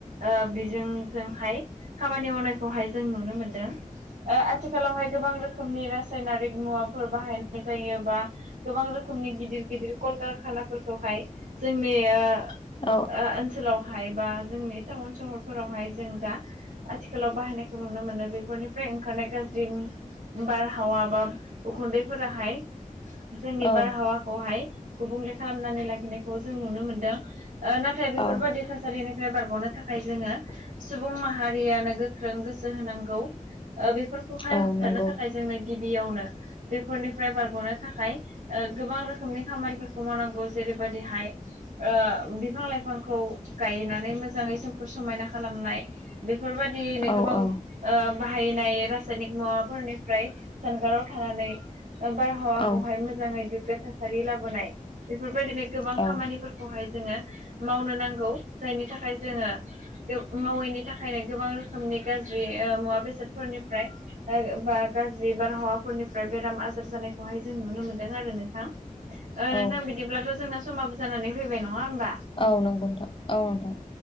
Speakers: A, on the right; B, on the left.
A: ओ बिजोंजोंहाय खामानि <unintelligible> मावनायखौहाय जों नुनो मोनदों ओ आथिखालावहाय गोबां रोखोमनि रासायनारिक मुवा फोर बाहायनाय जायोबा गोबां रोखोमनि गिदिर गिदिर कल कारखानाफोरखौहाय जोंनि ओ
B: औ।
A: ओ ओनसोलावहाय बा जोंनि टाउन सहरफोरावहाय जों दा आथिखालाव बाहायनायखौ नुनो मोनो बेफोरनिफ्राय ओंखारनाय गाज्रि बारहावा बा उखुन्दैफोराहाय जोंनि
B: औ
A: बारहावाखौहाय गुबुंले खालामनानै लाखिनायखौ जों नुनो मोनदों ओ थाय बेफोरबायदि
B: औ
A: थासारिनिफ्राय बारग'नो थाखाय जोङो सुबुं माहारियानो गोख्रों गोसो होनांगौ ओ बेफोरखौहाय
B: औ
A: होबथानो
B: नंगौ
A: थाखाय जोंनो गिबियावनो बेफोरनिफ्राय बारग'नो थाखाय ओ गोबां रोखोमनि खामानिफोरखौ मावनांगौ। खौ जेरैबायदिहाय ओ बिफां लाइफांखौ गायनानै मोजाङै सोमखोर समायना खालामनाय। बेफोरबायदियैनो
B: औ
A: गोबां
B: औ
A: ओ बाहायनाय रासायनिक मुवाफोरनिफ्राय जानगाराव थानानै बारहावा
B: औ
A: बेवहाय मोजाङै गोग्गो थासारि लाबोनाय बेफोरबायदिनो गोबां
B: औ
A: खामानि खौहाय जोङो मावनो नांगौ जायनि थाखाय जोङो <unintelligible> मावैनि थाखायनो गोबां रोखोमनि गाज्रि ओ मुवा बेसादफोरनिफ्राय <unintelligible> बा गाज्रि बारहावाफोरनिफ्राय बेराम आजार जानायखौहाय जों नुनो मोन्दों आरो नोंथां ओ नोंथां
B: औ
A: बिदिब्लाथ' जोंना समाबो जानानै फैबाय नङा होमबा।
B: औ नंगौ नोंथां औ नोंथां।